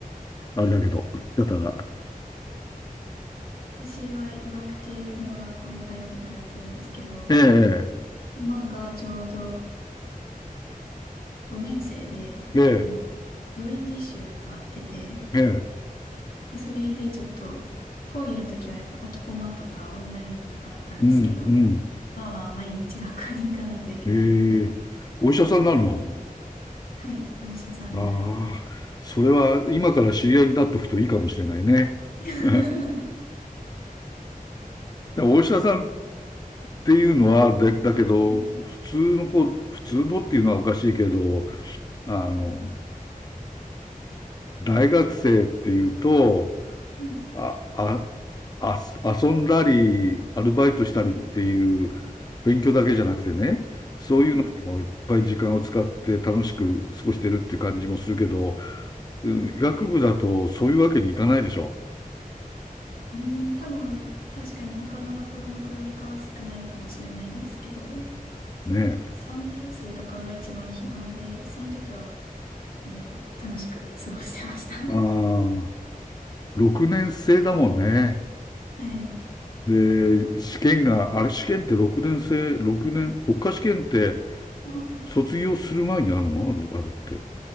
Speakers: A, on the left; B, on the left.
A: あれだけど、だったら。
B: 私は医学系の学校に、大学に通ってるんですけど、
A: ええ、
B: 今がちょうど5年生で、
A: ええ、
B: あの、病院実習があってて、
A: ええ、ええ
B: で、それでちょっと、講義の時はやっぱ空きコマとかオンラインとかあったんですけど、
A: うん、うん。
B: 今は毎日学校に行かないといけないので、
A: ええ、お医者さんになるの
B: ちょ、ちょっとだけ、はい、お医者さんになります。
A: ああ、それは今から知り合いになっとくといいかもしれないね。
B: <laughs> は
A: <laughs> でもお医者さんっていうのは、で、だけど、
B: い
A: 普通の子、普通のっていうのはおかしいけど、あの、大学生っていうと、
B: うん
A: あ、あ、あ、遊んだり、アルバイトしたりっていう、
B: はい
A: 勉強だけじゃなくてね、そういうのにもいっぱい時間を使って楽しく過ごしてるっていう感じもするけど、
B: はい
A: うん、
B: うん
A: 医学部だとそういうわけにいかないでしょ。
B: うーん多分、確かに他の学部の子よりかは少ないかもしれないんですけど、
A: ねえ。
B: 3年生とかが一番暇で、その時は、あの、楽しく過ごしてました。<laughs>
A: ああ、6年生だもんね。
B: はい。
A: で、試験が、あれ試験って6年生、六年、国家試験って
B: うん
A: 卒業する前にあるのあれ、あれって。